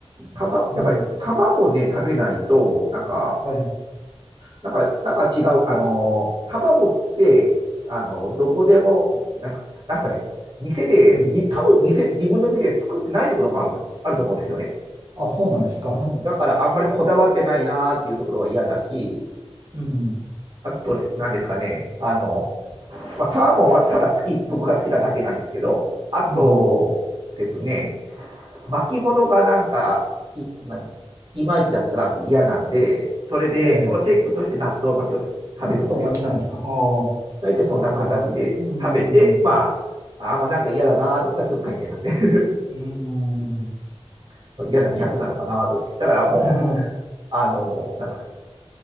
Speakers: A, on the right; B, on the right.
A: 卵、
B: うん。
A: やっぱり卵ね、食べないと、なんか、
B: はい。
A: なんか、なんか違う、あのー、卵って、あのー、どこでも、なんか、なんすかね、店で、
B: うん。
A: じ、多分店、自分の店で作ってないところもあると、あると思うんですよね。
B: あ、そうなんですか。
A: だから、あんまりこだわってないなーっていうところは嫌だし、
B: <laughs> うん。
A: あと、なんですかね、あの、まあ、サーモンはただ好き、僕が好きなだけなんですけど、あとですね、
B: うん。
A: 巻物がなんか、い、なんいまいちだったら嫌なんで、それで、
B: ええ。
A: そのチェックとして納豆巻きを食べるんですよ。
B: 納豆巻きなんですか。ああ、
A: 大体そんな形で食べて、
B: なるほど。うん。
A: まあ、あもうなんか嫌だなと思ったらすぐ帰っちゃいますね。
B: うん。な
A: <laughs> 嫌な客なのかなと思って。
B: るほど。
A: だからもう、
B: <laughs>
A: あの、なんですか、